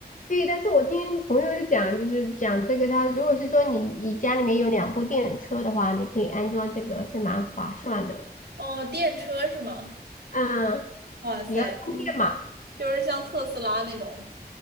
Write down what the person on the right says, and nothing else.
哦，电车是吗？
哇塞，
嗯，就是像特斯拉那种。